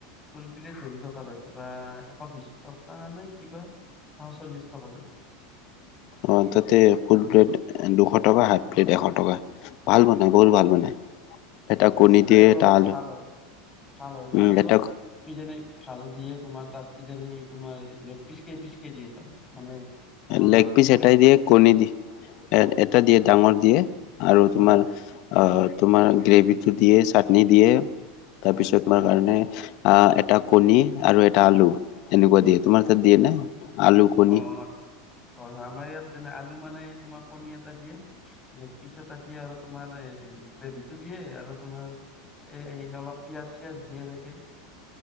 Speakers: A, on the left; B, on the left.
A: ফুলপিলেট হেৰি টকা লয় কিবা এশ বিশ টকা নে কিবা। আচল্লিশ টকা লয়।
B: অঁ তাতে, ফুল প্লেট দুশ টকা, হাফ প্লেট এশ টকা। ভাল বনাই বহুত ভাল বনাই। এটা
A: বেছি
B: কণী
A: লৈ
B: দিয়ে
A: আৰু
B: এটা
A: অলপ
B: আলু
A: ভাল হয় ভাল হয় কাৰণে
B: উম
A: অলপ
B: এটা
A: পিজনে। ভাল দিয়ে তোমাৰ তাত কিজানি তোমাৰ লেগ পিচ কে পিচ কে দিয়ে তাত মানে। তোমাৰ
B: লেগ
A: মাংসটো
B: পিচ এটাই
A: কেই
B: দিয়ে কণী দিয়ে। এ এটা দিয়ে
A: হয়
B: ডাঙৰ দিয়ে আৰু তোমাৰ।
A: হয়
B: তোমাৰ গ্ৰেভিটো দিয়ে চাটনি দিয়ে তাৰপিছত
A: হয়
B: তোমাৰ কাৰণে। আহ এটা কণী আৰু এটা আলু এনেকুৱা দিয়ে তোমাৰ তাত দিয়ে নে। আলু কণী।
A: অ হয়, হয় আমাৰ ইয়াত যেনে আলু মানে তোমাৰ কণী এটা দিয়ে পিচ এটা দিয়ে আৰু তোমাৰ। গ্ৰেভিটো দিয়ে আৰু তোমাৰ। এ অলপ পিয়াঁজ চিয়িয়াজ দিয়ে এনেকে।